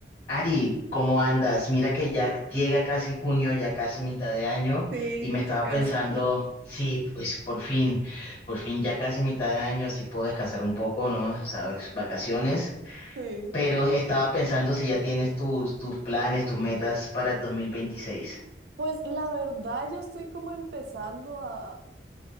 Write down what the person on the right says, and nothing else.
Sí,
ya casi.
<laughs>
Sí.
Pues la verdad, yo estoy como empezando a,